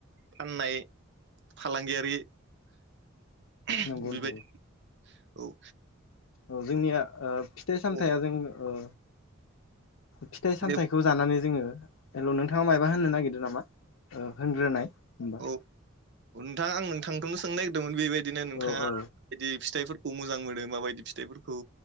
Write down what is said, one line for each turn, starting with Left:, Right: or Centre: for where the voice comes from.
Right: फाननाय फालांगियारि उमह
Left: नंगौ
Right: बेबायदि
Left: नंगौ
Right: औ।
Left: औ जोंनिया ओ फिथाइ सामथाइया
Right: औ
Left: जों ओ फिथाइ सामथायाइखौ
Right: दे
Left: जानानै जोङो हेल' नोंथाङा मायबा होननो नागिरदों नामा? होनग्रोनाय होनबा।
Right: औ नोंथां आं नोंथांखौनो सोंनो नागिरदोंमोन बेबायदिनो नोंथाङा
Left: औ औ
Right: बिदि फिथाइफोर खौ मोजां मोनो माबायदि फिथाइफोरखौ